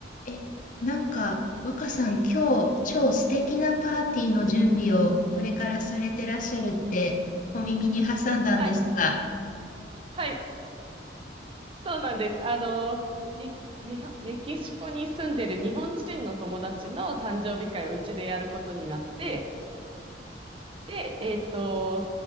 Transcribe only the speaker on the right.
はい。はい。そうなんです。あの、に、みほメキシコに住んでる日本人の友達の誕生日会をうちでやることになって、で、えっと、